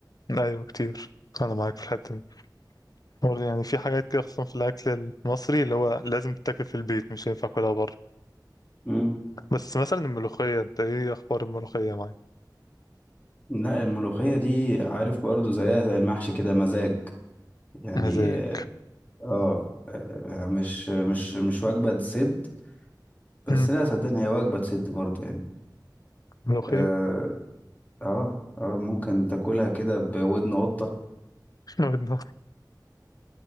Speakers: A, on the left; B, on the left.
A: ايوه كتير انا معاك في الحتة دي برضه يعني في حاجات كده خصوصا في الاكل المصري اللي هو لازم تتاكل في البيت مش هينفع اكلها بره
B: امم
A: بس مثلا الملوخية انت ايه اخبار الملوخية معاك
B: لا الملوخية دي عارف برضو زيها زي المحشي كده مزاج يعني
A: مزاج
B: اه آه، مش مش مش وجبة تسد بس
A: مم،
B: لا صدقني هي وجبة تسد برضو يعني
A: ملوخية
B: اه اه آه، ممكن تاكلها كده بودن قطة
A: <laughs> ودنا